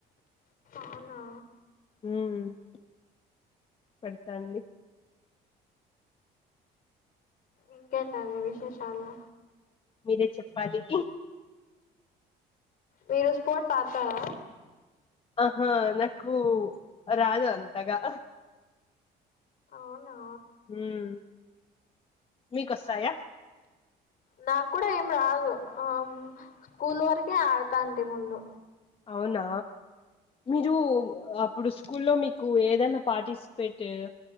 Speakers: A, on the left; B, on the left.
A: అవునా
B: ఉమ్ పడ్తాంది
A: ఇంకే టండి విశేషాలు?
B: మీరే చెప్పాలి?
A: మీరు స్పోర్ట్స్ ఆడ్తార?
B: ఆహా నాకు రాదు అంతగా
A: ఔనా
B: ఉమ్ మీకోస్తాయా?
A: నాకూడా ఏం రాదు ఆమ్ స్కూల్ వరకే ఆడతాంటి ముందు
B: అవునా మీరు అప్పుడు స్కూల్లో మీక్ కు ఏదన్నా పార్టిసిపేటెడ్